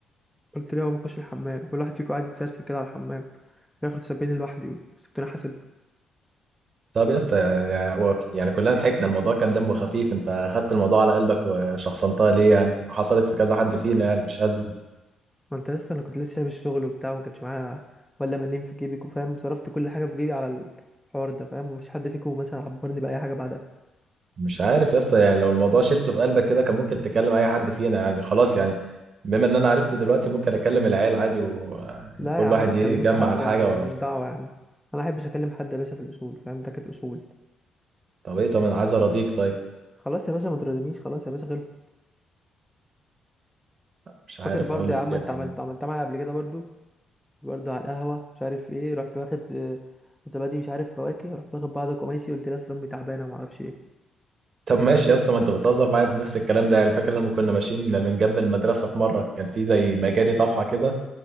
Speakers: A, in the centre; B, on the right.
A: قلت ليه هو بخش الحمام وكل واحد فيكم قاعد يتسرسب كده على الحمام بياخد سبعين لوحدي وسبتوني حاسب
B: طب يا اسطى يعني هو- يعني كلنا ضحكنا الموضوع كان دمه خفيف انت خدت الموضوع على قلبك وشخصنتها ليه يعني حصلت في كذا حد فينا يعني مش قادر
A: ما انت لسه انا كنت لسه شايل الشغل وبتاع وما كانش معايا ولا منين في جيبي فاهم صرفت كل حاجه في جيبي على الحوار ده فاهم ومفيش حد فيكم مثلا عبرني باي حاجه بعدها
B: مش عارف يا اسطى يعني لو الموضوع شلته في قلبك كده كان ممكن تكلم اي حد فينا يعني خلاص يعني بما ان انا عرفت دلوقتي ممكن اكلم العيال عادي وكل
A: لا يا عم
B: واحد
A: ما تكلمش
B: يجمع
A: حد
B: الحاجه
A: يا عم
B: و...
A: ماليش دعوه يا عم انا ما احبش اكلم حد يا باشا في الاصول فاهم ده كانت اصول
B: طب ايه طب انا عايز اراضيك طيب
A: خلاص يا باشا ما تردنيش خلاص يا باشا خلصت
B: مش
A: فاكر
B: عارف
A: برضه
B: اقول
A: يا
B: لك
A: عم
B: ايه
A: انت
B: والله.
A: عملت عملت معايا قبل كده برضه برضه على القهوة مش عارف ايه رحت واخد آه، زبادي مش عارف فواكه رحت واخد بعضك وماشي قلت لها اصل امي تعبانة وما اعرفش ايه
B: طب ماشي يا اسطى ما انت بتهزر معايا بنفس الكلام ده يعني فاكر لما كنا ماشيين من جنب المدرسه في مره كان في زي مجاري طفحه كده